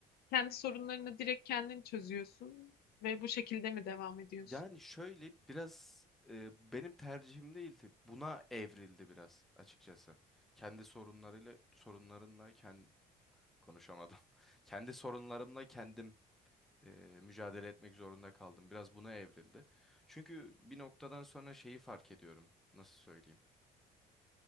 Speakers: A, on the left (about 70°); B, in the centre.
A: kendi sorunlarını direkt kendin çözüyorsun ve bu şekilde mi devam ediyorsun?
B: Yani şöyle biraz e, benim tercihim değildi. Buna evrildi biraz açıkçası. Kendi sorunlarıyla sorunlarınla kendi konuşamadım. <laughs> Kendi sorunlarımla kendim e, mücadele etmek zorunda kaldım. Biraz buna evrildi. Çünkü bir noktadan sonra şeyi fark ediyorum. Nasıl söyleyeyim?